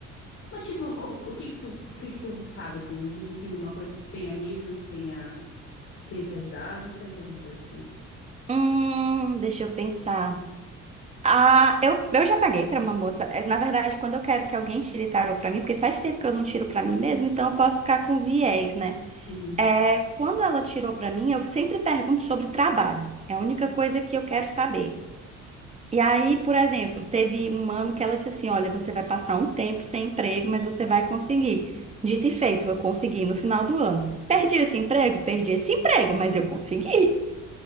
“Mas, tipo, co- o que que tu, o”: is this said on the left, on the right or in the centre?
Left